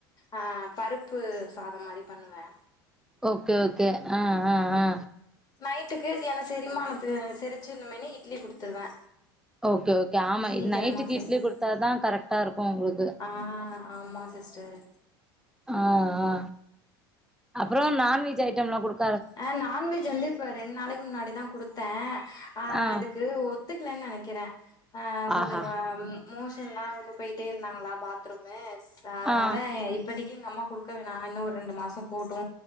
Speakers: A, on the left; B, in the centre.
A: அ பருப்பு சாதம் மாரி பண்ணுவே.
B: ஓகே ஓகே அ அ அ.
A: நைட்டுக்கு இது என்ன செரிமானத்து செரிச்சுருனுமேனு இட்லி குடுத்துருவே.
B: ஓகே ஓகே ஆமா
A: சீக்கிரமா
B: இது நைட்டுக்கு
A: செரிக்கு
B: இட்லி குடுத்தாதா கரெக்ட்டாருக்கு உங்குளுக்கு.
A: ஆ. ஆமா சிஸ்டர்.
B: ஆ ஆ அப்புறோ நான்வெஜ் ஐட்டம்லா குடுக்
A: அ நான்வெஜ்ஜு வந்து இப்ப ரெண் நாளைக்கு முன்னாடி தா குடுத்தே அ
B: ஆ
A: அதுக்கு ஒத் துக்கலன் நெனைக்கிறே அ கொஞ்சோ
B: ஆஹா
A: வ ம் மோஷன்லா ரொம்ப போயிட்டே இருந்தாங்களா பாத்ரூம்மு ஸ் அதனால
B: ஆ
A: இ இப் இப்பதிக்கி எங்க அம்மா குடுக்க வேணா இன்னு ஒரு ரெண்டு மாசம் போட்டு